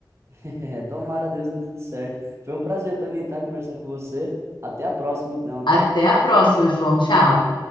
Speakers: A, on the right; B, on the left.
A: <laughs> é, tomara a Deus que dê tudo certo. Foi um prazer também, tá? Conversar com você. Até a próxima, então,
B: Até
A: tá?
B: a próxima, João. Tchau.